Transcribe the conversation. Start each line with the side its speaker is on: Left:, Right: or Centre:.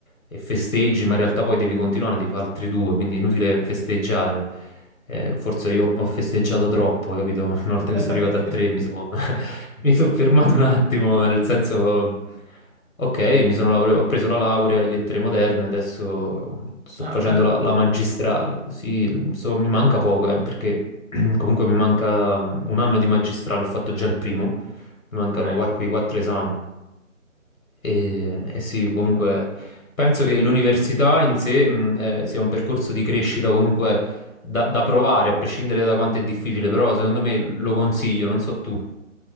Left: e festeggi, ma in realtà poi devi continuare, devi fare altri due, quindi è inutile festeggiare. Eh, forse io ho festeggiato troppo, capito? Una volta
Right: <laughs>
Left: che sono arrivato a 3 mi sono <laughs> mi sono fermato un attimo, nel senso... Ok, mi sono laure- ho preso la laurea in lettere moderne, adesso sto
Right: Ah,
Left: facendo
Right: bello.
Left: la, la magistrale. Sì, so- mi manca poco, eh, perché <clears throat> comunque mi manca mm, un anno di magistrale, ho fatto già il primo, mi mancano
Right: ok.
Left: qua- quei quattro esami. E, e sì, comunque penso che l'università in sé, mm, eh, sia un percorso di crescita comunque da, da provare, a prescindere da quanto è difficile, però secondo me lo consiglio, non so tu.